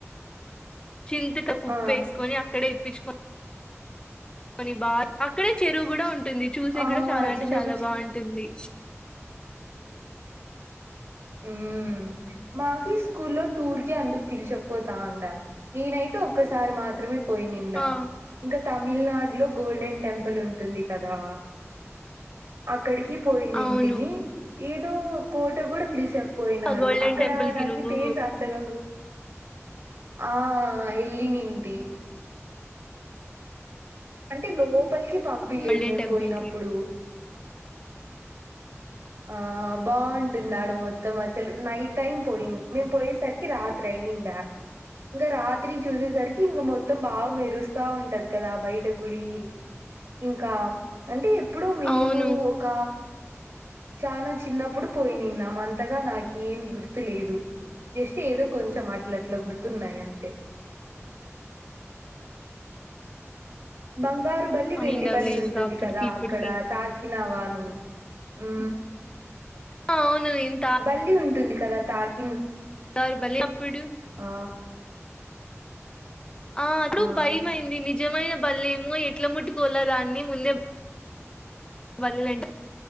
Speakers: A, on the left; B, on the right.
A: చింతక కుప్ప
B: ఆ
A: వేసుకొని అక్కడే ఇప్పించుక కొనీ బా అక్కడే చెరువు కూడా ఉంటుంది చూసే
B: ఆ
A: కూడా చాలా అంటే
B: చిన్నప్పుడు
A: చాలా బాగుంటుంది
B: ఉ మాక స్కూ లో టూర్ క అందుకు పిల్చకపోతా ఉండ నేనైతే ఒక్కసారి మాత్రమే పోయి నిడా
A: ఆ
B: ఇంకా తమిళనాడులో గోల్డెన్ టెంపుల్ ఉంటుంది కదా అక్కడికి పోయినంటి
A: అవును
B: మీ ఏదో కోట కూడా పిలిచా పోయినారు
A: ఆ గోల్డెన్
B: అక్కడ
A: టెంపుల్
B: నాకు
A: కి నువ్వు
B: పేరుస్ అంతగా ఆ వెళ్ళ నింటి అంటే లోపలికి పంపిలేదు
A: గోల్డెన్
B: మేము
A: టెంపుల్
B: పోయినప్పుడు
A: కి
B: ఆ బాగు దిందాడు మొత్తం అసలు నైట్ టైం పోయి మేము పోయేసరికి రాత్రి అయందా ఇంకా రాత్రి చూసేసరికి ఇంక మొత్తం బాగా మెరుస్తా ఉంటది కదా బయట గుడి ఇంకా అంటే ఎప్పుడు మేము
A: అవును
B: ఒక చనా చిన్నప్పుడు పోయి నిన్నాంమంతగా నాక ఏం గుర్తులేదు జస్ట్ ఏదో కొంచెం అట్లట్లా గుర్తున్నాయి అంతే
A: <inaudible>
B: బంగారు బల్లి వెండి
A: నిండవులే
B: బల్లి
A: ఇంకా
B: ఉంటుంది
A: అప్పటికి
B: కదా
A: ఇప్పటికి
B: అక్కడ తాకినావాను ఉ
A: ఆ, అవును నేను
B: బల్లి ఉంటుంది కదా తాకి
A: సారు బల అప్పుడు
B: ఆ
A: ఆ అటు భయ
B: ఆ
A: అైంది నిజమైన బల్లే ఏమో ఎట్ల ముట్టు కోలా దాన్ని ముందేండి